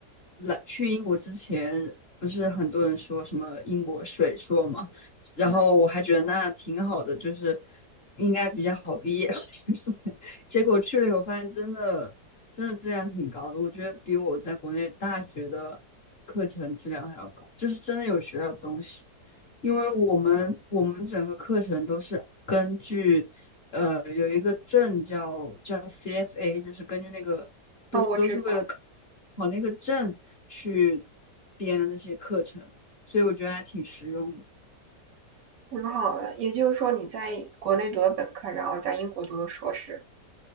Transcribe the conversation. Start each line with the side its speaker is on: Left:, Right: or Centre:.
Left: 来去英国之前，不是很多人说什么英国水硕嘛，然后我还觉得那挺好的，
Right: 嗯，
Left: 就是应该比较好毕业，<laughs> 就是结果去了以后发现真的真的质量挺高的，我觉得比我在国内大学的课程质量还要高，就是真的有学到东西。因为我们我们整个课程都是根据，呃，有一个证叫叫 CFA，就是根据那个都都是为了考那个证去
Right: 那我知道，
Left: 编的那些课程，所以我觉得还挺实用的。
Right: 挺好的。也就是说，你在国内读的本科，然后在英国读的硕士。